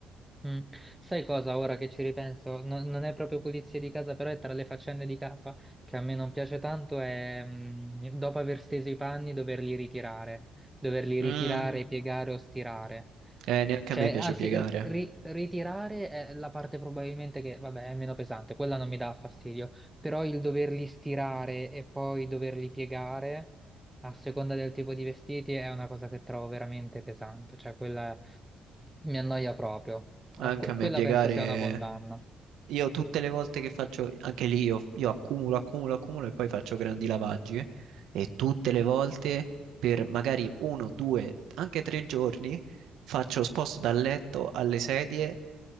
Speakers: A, in the centre; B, on the right.
A: Mm. Sai cosa, ora che ci ripenso, No- non è proprio pulizia di casa, però è tra le faccende di casa che a me non piace tanto, è mm, dopo aver steso i panni doverli ritirare, doverli
B: Mm,
A: ritirare, piegare o stirare.
B: eh, neanche
A: Cioè,
B: a me piace
A: anzi,
B: piegare.
A: r- ri- ritirare è la parte probabilmente che, vabbè, è meno pesante, quella non mi dà fastidio, però il doverli stirare e poi doverli piegare a seconda del tipo di vestiti è una cosa che trovo veramente pesante, cioè quella mi annoia proprio. Ah,
B: Anche
A: que-
B: a
A: quella
B: me piegare.
A: penso sia una condanna.
B: Io tutte le volte che faccio, anche lì io, io accumulo, accumulo, accumulo e poi faccio grandi lavaggi eh, e tutte le volte per magari uno, due, anche tre giorni faccio, sposto dal letto alle sedie